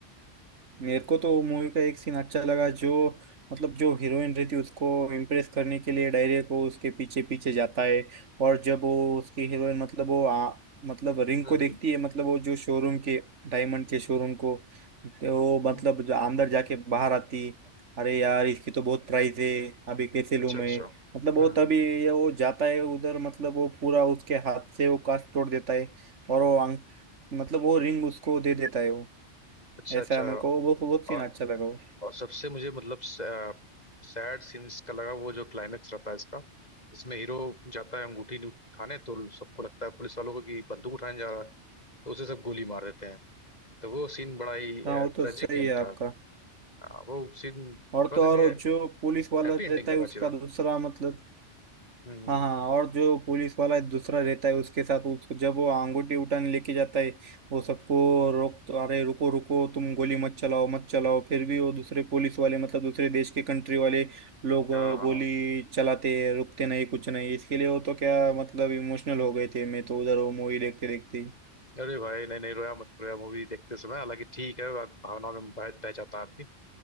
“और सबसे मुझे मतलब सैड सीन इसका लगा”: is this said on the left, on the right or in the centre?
Left